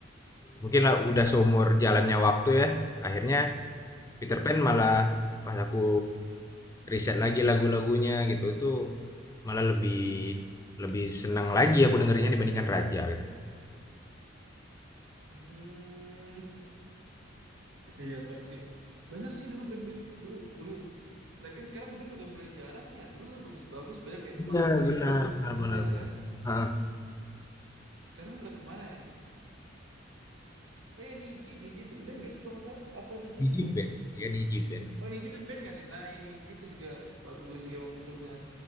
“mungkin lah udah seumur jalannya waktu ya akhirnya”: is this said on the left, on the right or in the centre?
Left